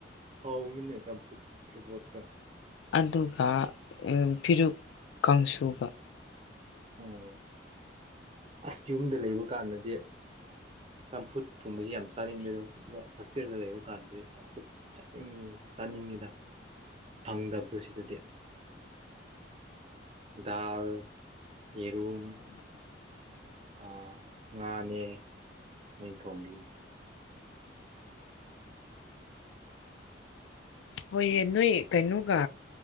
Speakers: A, on the right; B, on the left.
A: ꯍꯥꯎꯃꯤꯅꯦ ꯆ ꯐ ꯐꯨꯕꯣꯠꯇ
B: ꯑꯗꯨꯒ ꯐꯤꯔꯨꯛ ꯀꯥꯡꯁꯨꯕ
A: ꯑꯣꯝ ꯑꯁ ꯌꯨꯝꯗ ꯂꯩꯕ ꯀꯥꯟꯗꯗꯤ ꯆꯝꯐꯨꯠ ꯊꯨꯝꯕꯁꯤ ꯌꯥꯝ ꯆꯥꯅꯤꯡꯗꯦ ꯑ ꯍꯣꯁꯇꯦꯜꯗ ꯂꯩꯕ ꯀꯥꯟꯗꯗꯤ ꯆꯝꯐꯨꯠ ꯆꯅꯤꯡ ꯆꯥꯅꯤꯡꯉꯤꯗ ꯐꯪꯗꯕꯗꯨ ꯁꯤꯗꯗꯤ ꯗꯥꯜ ꯌꯦꯔꯨꯝꯨꯝ ꯑꯥ ꯉꯥꯅꯦ ꯃꯡ ꯈꯣꯡꯕꯤꯝꯁꯦ <unintelligible>
B: ꯍꯣꯏꯌꯦ ꯅꯣꯏ ꯀꯩꯅꯣꯒ